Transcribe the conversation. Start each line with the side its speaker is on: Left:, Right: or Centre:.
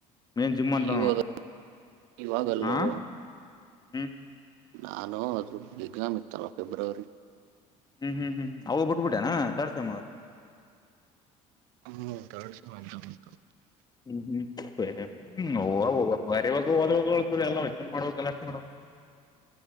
Left: ಮೇನ ಜಿಮ್ಮಂತ
Right: ಇವಾಗ ಇವಾಗಲ್ಲೂ
Left: ಆವ. ಹ್ಮ್.
Right: ನಾನು ಅದು ಎಕ್ಸಾಮ್ ಇತ್ತಲ್ಲ ಫೆಬ್ರವರಿ.
Left: ಹ್ಮ್ ಹ್ಮ್ ಹ್ಮ್ ಅವು ಬಿಟ್ಬಿಟ್ಟೆ ಏನ್ ಥರ್ಡ್ ಸೆಮ್.
Right: ಹ್ಮ ಥರ್ಡ್ ಸೆಮ್ ಎಕ್ಸಾಮ್ಸ್ ಇದ್ದು.
Left: ಹ್ಮ್ ಹ್ಮ್ ಹ್ಮ್ ಹವ ಹ ಬರವಾಗ ಹೋದವಾಗತದೆ ಅಲ್ಲ ಜಿಮ್ ಮಾಡುವ ಕೆಲಸ ಮಾಡ. <inaudible>